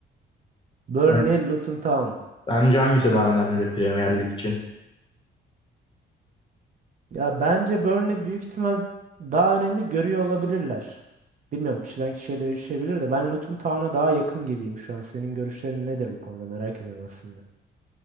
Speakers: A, on the right; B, on the left.
A: Burnley,
B: sen
A: Luton Town.
B: Bence hangisi daha önemli Premier Lig için?
A: Ya bence Burnley büyük ihtimal daha önemli görüyor olabilirler. Bilmiyorum kişiden kişiye değişebilir de ben Luton Town'a daha yakın gibiyim şu an. Senin görüşlerin nedir bu konuda merak ediyorum aslında.